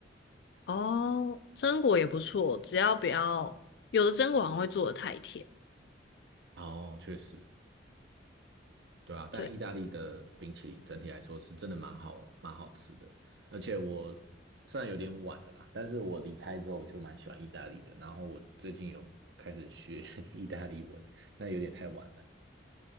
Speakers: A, on the left (about 60°); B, on the right (about 70°).
A: 哦，榛果也不错，只要不要，有的榛果好像会做的太甜。
B: 哦，确实，对啊，但意大利的冰淇淋整体来说是真的蛮好，
A: 对。
B: 蛮好吃的。而且我虽然有点晚了啦，但是我离开之后我就蛮喜欢意大利的。然后我最近有开始学 <laughs> 意大利文，那有点太晚了。